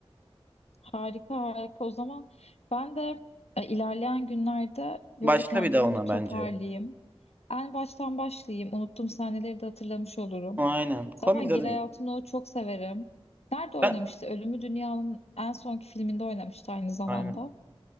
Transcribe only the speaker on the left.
Harika harika. O zaman ben de e, ilerleyen günlerde
böyle kendimi
bir toparlayayım.
En baştan başlayayım. Unuttuğum sahneleri de hatırlamış olurum.
Zaten
Giray Altınok'u çok severim. Nerede oynamıştı?
Ölümü Dünya'nın en sonki filminde oynamıştı aynı zamanda.